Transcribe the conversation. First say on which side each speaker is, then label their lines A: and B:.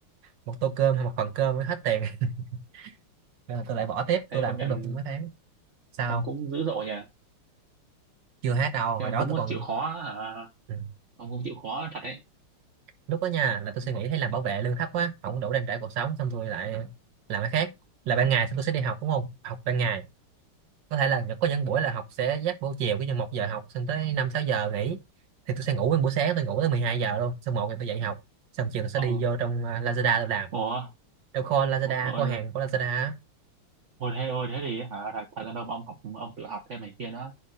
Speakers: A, on the right (about 60°); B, on the right (about 45°).
A: một tô cơm hay một phần cơm mới hết tiền <laughs> nên là tôi lại bỏ tiếp
B: thế
A: tôi làm
B: công nhận
A: cũng được mấy tháng sau
B: ông cũng dữ dội nhỉ
A: chưa hết đâu
B: thế
A: hồi
B: ông
A: đó
B: cũng
A: tôi còn
B: chịu khó hả
A: ừ.
B: ông cũng chịu khó thật đấy
A: lúc đó nha là tôi suy nghĩ thấy làm bảo vệ lương thấp quá không đủ trang trải cuộc sống xong tôi lại làm cái khác là ban ngày xong tôi sẽ đi học đúng không học ban ngày có thể là có những buổi là học sẽ giáp buổi chiều cái như một giờ học xong tới năm sáu giờ nghỉ thì tôi sẽ ngủ nguyên buổi sáng tôi ngủ tới 12 giờ luôn xong một giờ tôi dậy học xong chiều tôi sẽ
B: ờ
A: đi vô trong à, Lazada tôi làm
B: ủa
A: trong kho Lazada
B: ủa
A: kho hàng của Lazada á,
B: ủa thế ôi thế thì hả thật, thật ra đâu mà ông học ông tự học thêm này kia nữa